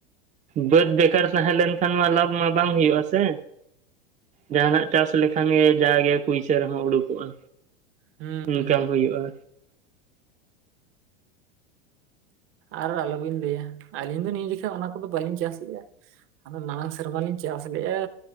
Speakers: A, on the right; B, on the right.
A: ᱵᱟᱹᱫᱽ ᱵᱮᱠᱟᱨ ᱛᱟᱦᱮᱸ ᱞᱱᱠᱷᱟᱱ ᱢᱟ ᱞᱟᱵᱷ ᱢᱟ ᱵᱟᱝ ᱦᱩᱭᱩᱜᱼᱟ ᱥᱮ ᱡᱟᱦᱟᱱᱟᱜ ᱪᱟᱥ ᱞᱮᱠᱷᱟᱱ ᱜᱮ ᱡᱟᱜᱮ ᱯᱩᱭᱥᱟᱹ ᱨᱮᱦᱚᱸ ᱩᱰᱩᱠᱚᱜᱼᱟ
B: ᱦᱩᱸ
A: ᱤᱱᱠᱟᱢ
B: ᱦᱩᱸ
A: ᱦᱩᱭᱩᱜᱼᱟ
B: ᱟᱨ ᱟᱞᱚᱵᱤᱱ ᱞᱟᱹᱭᱟ ᱟᱹᱞᱤᱧ ᱫᱚ ᱱᱤᱭᱟᱹ ᱡᱮᱠᱷᱟᱜ ᱚᱱᱟ ᱠᱚᱫᱚ ᱵᱟᱹᱞᱤᱧ ᱪᱟᱥᱮᱜᱼᱟ ᱦᱟᱱᱮ ᱢᱟᱲᱟᱝ ᱥᱮᱨᱢᱟ ᱞᱤᱧ ᱪᱟᱥ ᱞᱮᱼᱟ